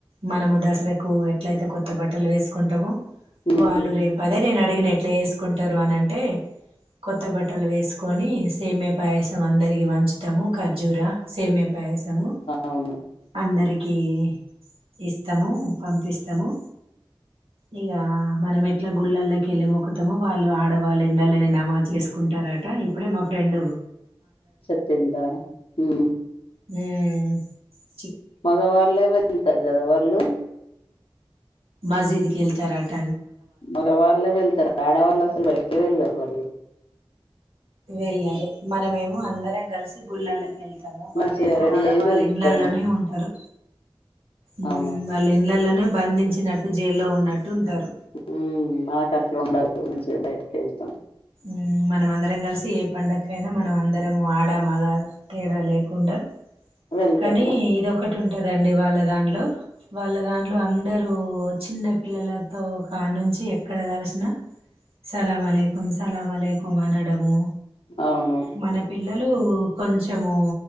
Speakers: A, on the right; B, on the left.
A: మనము దసర కు ఎట్లయితే కొత్త బట్టలు వేస్ కుంటమో
B: ఉమ్,
A: వాళ్ళు రేపదే నేన్ అడిగిన ఎట్లా ఎసుకుంటారు అనంటే. కొత్త బట్టలు వేసుకొని సేమ్యా పాయసం అందరికి పంచుతాము ఖర్జూర సేమ్యా పాయసం తము
B: అవును
A: అందరికి కీ ఇస్తాము పంపిస్తాము ఇగా మనం ఎట్ల గుళ్ళల్లకెళ్ళి మొక్కుతమో వాళ్ళు ఆడవాళ్ళు ఇండ్లల్లనే నమాజ్ చేసుకుంటరట ఇప్పుడే మా ఫ్రెండు
B: చెప్పిందా హ్మ
A: ఉ మ్
B: మగవాళ్ళే వెళ్తారు కదా వాళ్ళు
A: మాజీదికి ఎల్థారట
B: మగవాళ్ళే వెళ్తరు ఆడవాళ్ళసలు బయటికే వెళ్ళరు వాళ్ళు
A: వెళ్ళరు మనమేమో అందరం కలిసి గుళ్ళల్లకెల్తం మొత్తం వాళ్ళేమో
B: మంచిగా రెడీ
A: ఆడవాళ్ళు
B: అయి వెళ్తాము
A: ఇండ్లలానే ఉంటారు ఉమ్
B: అవును
A: వాళ్ళింట్ల ను బంధించినట్టు జైల్లో ఉన్నట్టు ఉంటారు
B: మ్ నాకట్లా ఉండదు మంచిగ బయటకి వెళ్తాం
A: హ్మ్ మనంమందరం కలిసి ఏ పండక్కైన మనం అందరము ఆడా మగ తేడా లేకుండ
B: వెళ్తాము
A: కనీ ఇదొకటి ఉంటద్ దండి వాళ్ళ దాన్లో వాళ్ళ దాన్లో అందరూ చిన్న పిల్లలతో కానుంచి ఎక్కడ కల్షిన సలామాలేకుం సలామాలేకుం వ్ అనడము
B: అవును
A: మన పిల్ల ళ్ళు కొంచెము